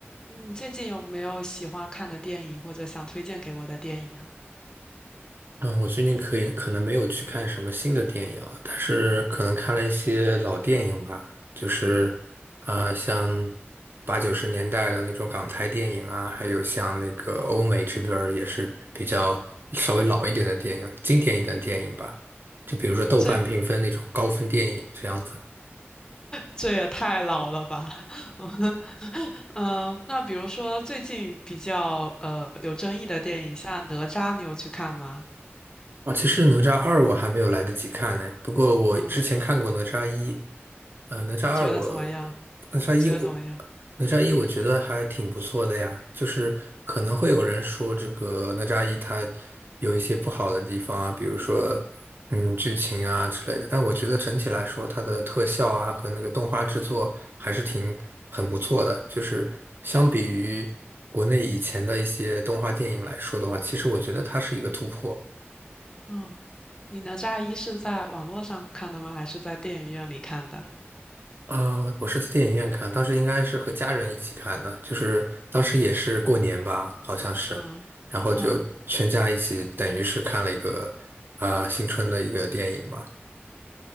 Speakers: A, on the left; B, on the right.
A: 你最近有没有喜欢看的电影，或者想推荐给我的电影啊？
B: 嗯，我最近可以可能没有去看什么新的电影啊，但是可能看了一些老电影吧，
A: 嗯
B: 就是啊、
A: 嗯，
B: 像八九十年代的那种港台电影啊，还有像那个欧美这边儿也是比较稍微老一点的电影，经典一点的电影吧，就比如说豆瓣评分那种高分电影这样子。
A: 这这也太老了吧？<laughs> 嗯嗯那比如说最近比较呃有争议的电影，像《哪吒》，你有去看吗？
B: 啊，其实哪吒二我还没有来得及看呢，不过我之前看过哪吒一。
A: 嗯，
B: 呃，哪吒二我，
A: 你觉得怎么样？
B: 哪吒一我，
A: 你觉得怎么样？
B: 哪吒一我觉得还挺不错的呀。就是可能会有人说这个哪吒一它有一些不好的地方啊，比如说嗯剧情啊之类的。但我觉得整体来说，它的特效啊和那个动画制作还是挺很不错的。就是相比于国内以前的一些动画电影来说的话，其实我觉得它是一个突破。
A: 嗯，你《哪吒一》是在网络上看的吗？还是在电影院里看的？
B: 呃，我是在电影院看，当时应该是和家人一起看的，就是当时也是过年吧，好像是，
A: 嗯嗯。
B: 然后就全家一起，等于是看了一个呃新春的一个电影嘛。